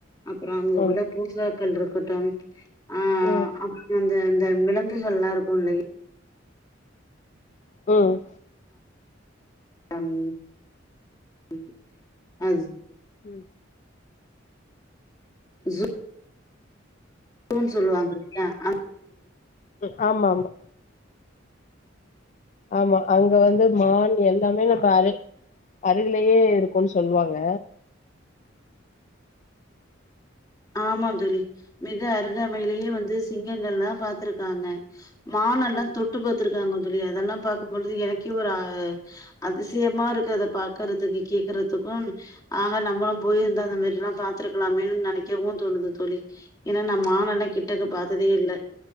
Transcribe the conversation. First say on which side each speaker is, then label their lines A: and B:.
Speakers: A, on the left; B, on the left.
A: அப்புறோ அங்க
B: ம்,
A: உள்ள பூசா ங்கன் இருக்கட்டும் அ
B: ம்,
A: அப் புந்த அந்த விலங்குகள் எல்லா இருக்கோ இல்லை
B: ம்
A: அம் ம் அஸ்
B: ம்
A: ஸோ ன் சொல்லுவாங்க இல்லையா <inaudible>
B: உ ஆமாமா ஆமா அங்க வந்து மான் எல்லாமே அங்க பாரு அருகிலேயே இருக்குன்னு சொல்லுவாங்க
A: ஆமா தோழி மிக அருகாமையிலேயே வந்து சிங்கங்கள்ல்லா பாத்துருக்காங்க மானல்லா
B: ம்,
A: தொட்டு பாத்துருக்காங்க தோழி அதெல்லா பாக்கும்பொழுது எனக்கே ஒரு ஆ அதிசயமா இருக்கு அத பாக்கறதுக்கு கேக்குறதுக்குன் ஆக நம்பளு போயிருந்த அந்த மாரிலா பாத்துருக்கலாமேன்னு நெனைக் கவு தோணுது தோழி ஏன்னா நா மானல்லா கிட்டக்க பாத்ததே இல்ல